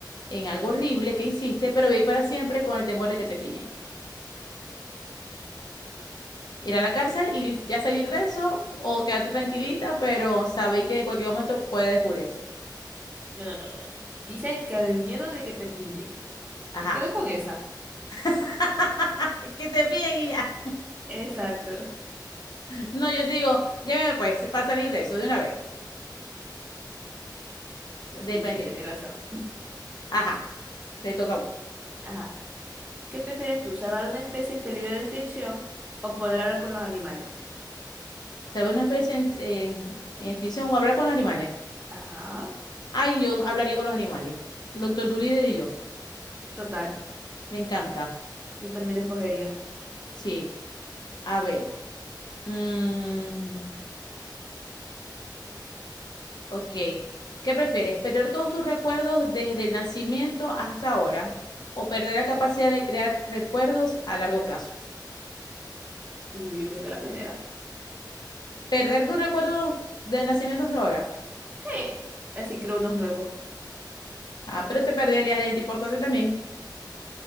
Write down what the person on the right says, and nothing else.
No, no, no, no, no. no. Dice que el miedo de que te pillen.
Me quedo con esa.
Exacto.
Sí, sí, tenés razón.
Ajá. ¿Qué prefieres tú, salvar una especie en peligro de extinción o poder hablar con los animales?
Ajá.
Total.
Yo también la escogería.
Uh, yo creo que la primera.
Sí. Así creo unos nuevos.